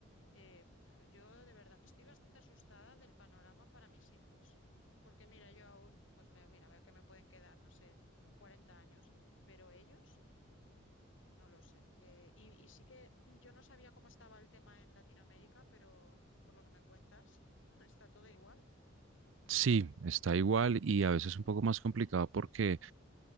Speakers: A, on the left (about 70°); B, on the right (about 70°).
A: Eh, pf, yo de verdad estoy bastante asustada del panorama para mis hijos, porque mira, yo aún, pues me, mira, veo que me pueden quedar, no sé, 40 años, pero ellos, no lo sé. Eh, y, y sí que yo no sabía cómo estaba el tema en Latinoamérica, pero por lo que me cuentas, <laughs> está todo igual.
B: sí, está igual y a veces un poco más complicado porque